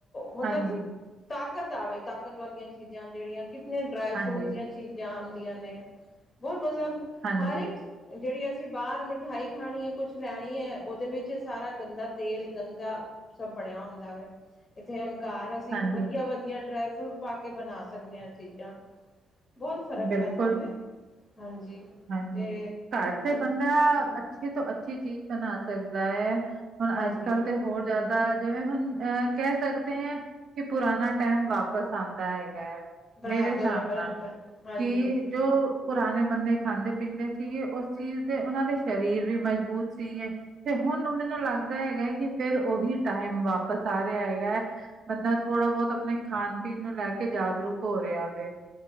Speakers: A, on the left; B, on the right.
A: ਮਤਲਬ
B: ਹਾਂਜੀ,
A: ਤਾਕਤ ਆਵੇ ਤਾਕਤ ਵਾਲੀਆਂ ਚੀਜ਼ਾਂ ਜਿਹੜੀਆਂ ਕਿਤਨ ਡਰਾਈ
B: ਹਾਂਜੀ,
A: ਫਰੂਟ ਦੀਆਂ ਚੀਜ਼ਾਂ ਜਾਣਦੀਆਂ ਨੇ ਬਹੁਤ ਮਤਲਬ
B: ਹਾਂਜੀ,
A: ਹਰ ਇੱਕ ਜਿਹੜੀ ਅਸੀ ਬਾਹਰ ਮਿਠਾਈ ਖਾਣੀ ਹੈ ਕੁਛ ਲੈਣੀ ਐ। ਉਹਦੇ ਵਿੱਚ ਸਾਰਾ ਗੰਦਾ ਤੇਲ ਗੰਦਾ ਸਭ ਬਣਿਆ ਹੁੰਦਾ ਵੇ। ਇਥੇ ਹੰਕਾਰ ਅਸੀਂ
B: ਹਾਂਜੀ
A: ਵਧੀਆ-ਵਧੀਆ ਡਰਾਈ ਫਰੂਟ ਪਾ ਕੇ ਬਣਾ ਸਕਦੇ ਹਾਂ ਚੀਜ਼ਾਂ ਬਹੁਤ ਫ਼ਰਕ
B: ਬਿਲਕੁਲ
A: ਪੈਂਦਾ ਹੈ ਹਾਂਜੀ।
B: ਹਾਂਜੀ
A: ਤੇ
B: ਘਰ ਤੇ ਬੰਦਾ ਅੱਛੀ ਤੋਂ ਅੱਛੀ ਚੀਜ਼ ਬਣਾ ਸਕਦਾ ਹੈ। ਹੁਣ
A: ਹਾਂਜੀ
B: ਅੱਜ ਕੱਲ੍ਹ ਤੇ ਹੋਰ ਜ਼ਿਆਦਾ ਦਾ ਜਿਵੇਂ ਹੁਣ ਅਹ ਕਹਿ ਸਕਦੇ ਹ ਕਿ ਪੁਰਾਣਾ ਟੈਮ ਵਾਪਿਸ ਆਉਂਦਾ ਹੈਗਾ ਹੈ।
A: ਬਰਾਬਰ
B: ਮੇਰੇ ਹਿਸਾਬ
A: ਹੈ ਬਰਾਬਰ
B: ਨਾਲ
A: ਹਾਂਜੀ
B: ਕਿ ਜੋ ਪੁਰਾਣੇ ਬੰਦੇ ਖਾਂਦੇ ਪੀਂਦੇ ਸੀਗੇ ਉਸ ਚੀਜ਼ ਦੇ ਉਹਨਾਂ ਦੇ ਸਰੀਰ ਵੀ ਮਜ਼ਬੂਤ ਸੀਗੇ। ਤੇ ਹੁਣ ਮੈਨੂੰ ਲੱਗਦਾ ਹੈਗਾ ਹੈ ਕਿ ਫਿਰ ਉਹੀ ਟਾਈਮ ਵਾਪਸ ਆ ਰਿਹਾ ਹੈਗਾ ਹੈ। ਬੰਦਾ ਥੋੜ੍ਹਾ ਬਹੁਤ ਆਪਣੇ ਖਾਣ ਪੀਣ ਨੂੰ ਲੈ ਕੇ ਜਾਗਰੂਕ ਹੋ ਰਿਹਾ ਵੇ।